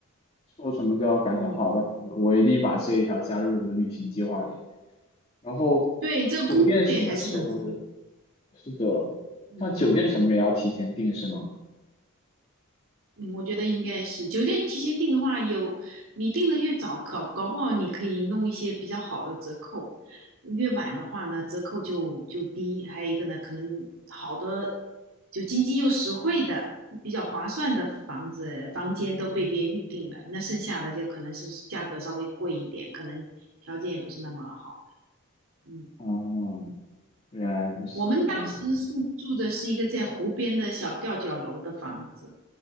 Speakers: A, on the left; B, on the right.
A: 做什么都要赶早。
B: 嗯，
A: 好的，好的，我一定把这一条加入我的旅行计划里。然后，
B: 对，这个攻略还是很重要。
A: 酒店什么时候的？是的，
B: 嗯
A: 像酒店什么也要提前订是吗？
B: 嗯。嗯，我觉得应该是酒店提前订的话有，你订的越早，搞搞不好你可以弄一些比较好的折扣；越晚的话呢，折扣就就低。还有一个呢，可能好的就经济又实惠的、比较划算的房子房间都被别人预定了，那剩下的就可能是价格稍微贵一点，可能条件也不是那么好的。嗯
A: 哦，原来如此，
B: 我们当时是住的是一个在湖边的小吊脚楼的房子，
A: 原来如此。